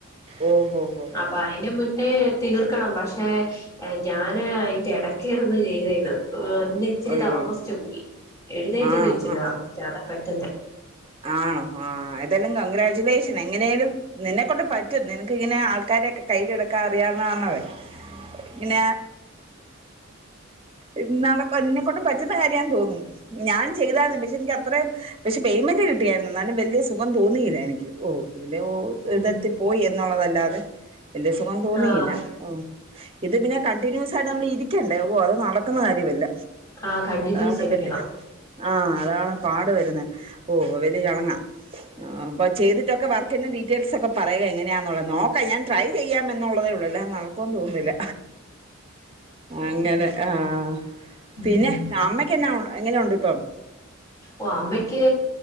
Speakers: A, on the right; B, on the left.
A: ഓഹ് ഓഹ് ഓഹ്
B: അപ്പൊ അതിന് മുന്നേ തീർക്കണം പക്ഷേ ഞാന് അയി ന്റെ ഇടക്കിരുന്ന് ചെയ്ത് ഇത് ഓഹ് ഇന്ന് ഇച്ചിരി
A: അയ്യോ
B: താമസിച്ചു പോയി എഴുന്നേറ്റതും
A: ആ
B: ഇച്ചിരി താമസിച്ച് അതാ പറ്റുന്നെ
A: ആണോ ആഹ് ഏതായാലും കൺഗ്രാജുലേഷൻ എങ്ങനെയാലും നിന്നെക്കൊണ്ട് പറ്റും നിനക്ക് ഇങ്ങനെ ആൾക്കാരെക്കെ കയ്യിലെടുക്കാൻ അറിയാന്നണത് ഇങ്ങന ഇന്നാള് എന്നെക്കൊണ്ട് പറ്റുന്ന കാര്യം ആണ് തോന്നും ഞാൻ ചെയ്തന്ന് പക്ഷെ എനക്ക് അത്രയും പക്ഷെ പേയ്മെ ന്റ് കിട്ടിയായിരുന്നു എന്നാലും വലിയ സുഖം തോന്നിയില്ല എനിക്ക് ഓ ഒരു
B: ഉം
A: തരത്തി പോയി എന്നുള്ളതല്ലാതെ വല്ല്യ സുഖം തോന്നിയില്ല
B: ആഹ്
A: ഉം ഇത് പിന്നെ കണ്ടിന്യൂസ് ആയിട്ട് നമ്മൾ ഇരിക്കേണ്ടേ ഓഹ് അത് നടക്കുന്ന കാര്യമല്ല
B: ആഹ് കണ്ടിന്യൂസ്
A: അതാണ്
B: ഇരിക്കണം
A: വല്ല്യ ആഹ് അതാണ് പാട് വരുന്നെ ഓഹ് വലിയ ചടങ്ങാ ആഹ് അപ്പ ചെയ്തിട്ടക്കെ വർക്കിന്റെ ഡീറ്റെയിൽസ് ഒക്കെ പറയുക എങ്ങനെയാന്നുള്ളത് നോക്കാ ഞാൻ ട്രൈ ചെയ്യാം എന്നുള്ളതേ ഉള്ളൂ അല്ലാതെ നടക്കുമെന്ന് തോന്നുന്നില്ല അങ്ങനെ ആഹ്
B: ഉം
A: പിന്നെ അമ്മ യ്ക്ക് എന്ന എങ്ങനെ ഉണ്ട് ഇപ്പം
B: ഓഹ് അമ്മയ്ക്ക്